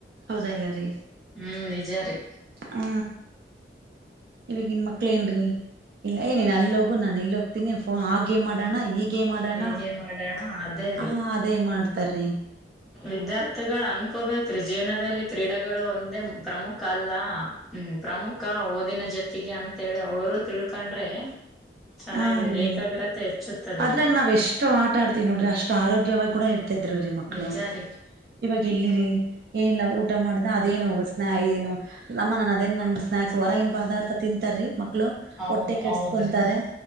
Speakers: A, on the right; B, in the centre.
A: ಹೌದಾ ಇಲ್ಲ ರೀ?
B: ಹ್ಮ್ ನಿಜಾರಿ.
A: ಹಾ ಇವಗ್ ಇನ್ ಮಕ್ಳ ಏನ್ರೀ? ಇಲ್ ಏ ನೀನ್ ಅಲ್ ಹೋಗು ನಾನ್ ಇಲ್ ಹೋಗ್ತೀನಿ. ಫೋ ಆಗೇಮ್ ಆಡಣ ಇ ಗೇಮ್ ಆಡಣ
B: ಹೀಗೆ ಮಾಡೋಣ ಅದೇ
A: ಹ ಅದೇ ಮಾಡ್ತಾರಿ.
B: ವಿದ್ಯಾರ್ಥಿಗಳ್ ಅನ್ಕೋಬೇಕ್ರಿ ಜೀವನದಲ್ಲಿ ಕ್ರೀಡೆಗಳು ಒಂದೇ ಪ್ರಮುಖ ಅಲ್ಲ ಹ್ಮ್ ಪ್ರಮುಖ ಓದಿನ ಜೊತೆಗೆ ಅಂತೆಳಿ ಅವರು ತಿಳ್ಕೊಂಡ್ರೆ, ಚೆನ್ನಾಗಿ
A: ಹಾ ರೀ
B: ಏಕಾಗ್ರತೆ ಹೆಚ್ಚುತ್ತದೆ
A: ಅದ್ರಾಗ
B: ರೀ.
A: ನಾವ್ ಎಷ್ಟು ಆಟ ಆಡ್ತೀವಿ ನೋಡ್ರಿ ಅಷ್ಟ್ ಆರೋಗ್ಯವಾಗ್ ಕೂಡ ಇರ್ತಿದ್ರು ರೀ ಮಕ್ಳು
B: ನಿಜ ರೀ
A: ಇವಾಗ ಎಲ್ಲಿರಿ? ಏನಿಲ್ಲ ಊ ಊಟ ಮಾಡುದ್ನ ಅದೇನು ಸ್ನ ಏನು ಅಮ್ಮ ನನ್ ಅದೇನ್ ನಂಗ್ ಸ್ನಾಕ್ಸ್ ಹೊರಗಿನ್ ಪದಾರ್ಥ ತಿಂತಾರೀ ಮಕ್ಳು,
B: ಹೌದ್
A: ಹೊಟ್ಟೆ ಕೆಡ್ಸ್ಕೊಂತಾರೆ
B: ಹೌದ್ರಿ